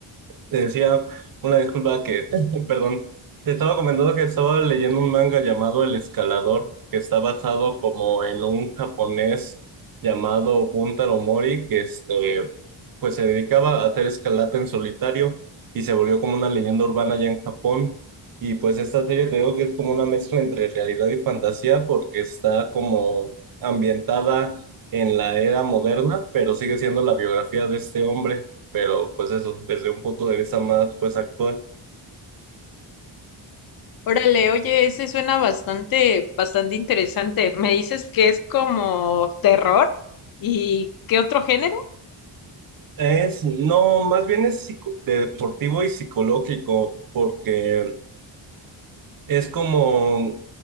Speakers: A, on the right (about 45°); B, on the left (about 45°).
A: te decía una disculpa que, <laughs> perdón, te estaba comentando que estaba leyendo un manga llamado El Escalador, que está basado como en un japonés llamado Buntaro Mori, que este, pues se dedicaba a hacer escalada en solitario y se volvió como una leyenda urbana allá en Japón. Y pues esta serie te digo que es como una mezcla entre realidad y fantasía porque está como ambientada en la era moderna, pero sigue siendo la biografía de este hombre pero pues eso, desde un punto de vista más pues actual.
B: Órale, oye, ese suena bastante, bastante interesante. Me dices que es como terror y ¿qué otro género?
A: Es, no, más bien es psico- de deportivo y psicológico, porque es como